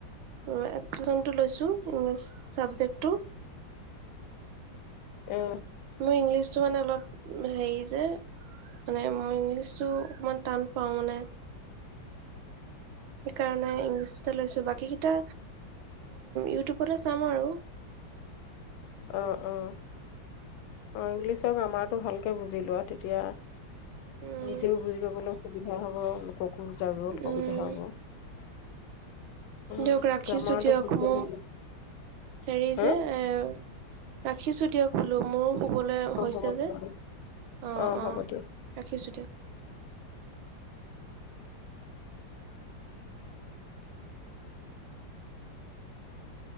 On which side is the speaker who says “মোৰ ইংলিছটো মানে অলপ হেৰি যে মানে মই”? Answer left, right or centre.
Right